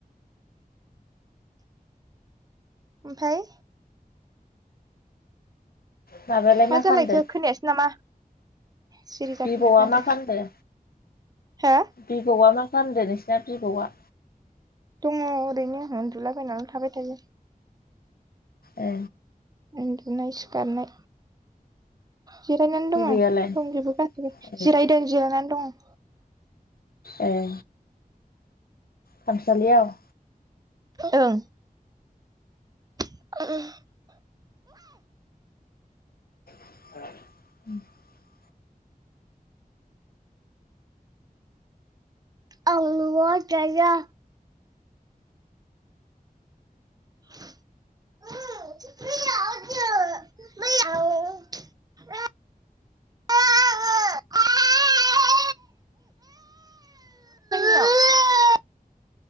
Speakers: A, on the right; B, on the left.
A: ओमफाय
B: माबायालाय
A: मा जालायखो
B: खालामदो
A: खोनायासो नामा सिरि जाफिनबाय
B: बिबौआ
A: माथो
B: मा फानदों
A: हो
B: बिबौआ मा फामदो नोंसिना बिबौ आ
A: दङ ओरैनो उन्दुलाबायायनानै थाबाय थायो
B: ओ
A: उन्दुनाय सिखारनाय जिरायनानै
B: बिबैयालाय
A: दङ दंजोबो गासैबो
B: ए
A: जिरायदों जिरायनानै दं
B: ए खामसालियाव
A: ओं <inaudible>
B: <inaudible>
A: आं न आव थाया <unintelligible> <unintelligible> जोंनियाव